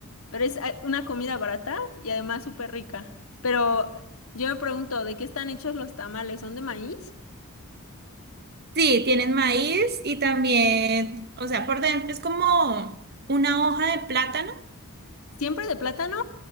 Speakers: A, on the left; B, on the right.
A: Pero es ah, una comida barata y además súper rica. Pero yo me pregunto, ¿de qué están hechos los tamales? ¿Son de maíz?
B: Sí, tienen maíz y también, o sea, por dentro es como una hoja de plátano.
A: ¿Siempre de plátano?